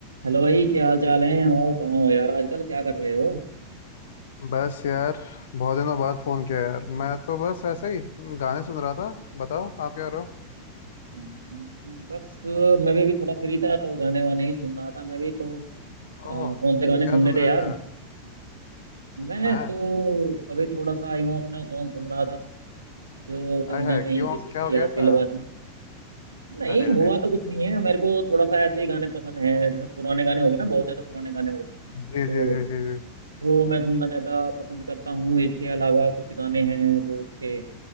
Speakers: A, on the right; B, on the left.
A: हेलो भाई क्या हाल चाल है और कहाँ हो यार आजकल क्या कर रहे हो
B: बस यार बहुत दिनों बाद फोन किया यार मैं तो बस ऐसे ही गाने सुन रहा था बताओ आप क्या करो
A: हम्म, बस मैं भी अभी थोड़ा फ्री था तो गाने वाने ही सुन रहा था मैं भी तो
B: ओहो
A: अ, कौन से गाने
B: क्या
A: सुनने
B: सुन
A: थे
B: रहे
A: यार
B: थे यार
A: मैं
B: मैं
A: तो अभी थोड़ा सा इमोशनल सॉन्ग सुन रहा था जो कहीं
B: आय हाय
A: ना कहीं
B: क्यों
A: किसी
B: क्या
A: की
B: हो गया
A: याद
B: ऐसा
A: दिलवाते हैं। नहीं
B: अरे अरे
A: हुआ तो कुछ नहीं है मेरे को थोड़ा सा ऐसे ही गाने पसंद हैं जैसे पुराने गाने हो गए ना बहुत ज्यादा पुराने गाने हो
B: जी
A: तो
B: जी जी जी जी
A: वो मैं सुनना ज्यादा पसंद करता हूँ इसके अलावा कुछ गाने हैं जो के